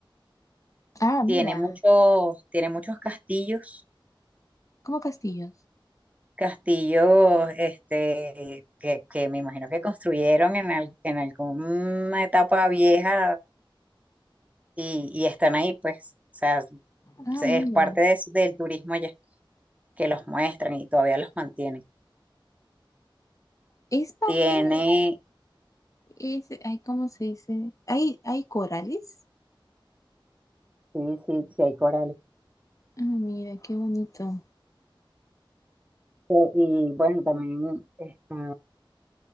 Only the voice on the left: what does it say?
Ah, mira,
como castillos.
Ah,
mira.
Es parte,
es, ay, ¿cómo se dice? Hay, hay corales.
Ah, mira, qué bonito.